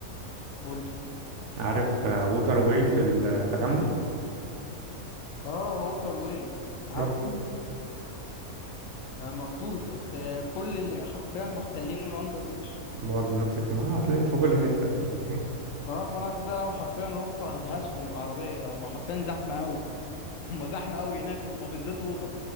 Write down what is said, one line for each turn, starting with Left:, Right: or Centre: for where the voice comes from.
Left: قول لي
Right: عارف ووتر واي في التجمع
Left: اه ووتر واي عارف
Right: رحت
Left: آه ما رحتوش بس آه كل اللي حرفيا محتلينه الاندر ايدج
Right: برضه نفسك ما هتلاقيهم في كل حتة يعني
Left: اه فانا ده لو حرفيا روحت هدهسهم بالعربية هم حرفيا زحمة قوي <laughs> هم زحمة قوي هناك هم بالذات اوفر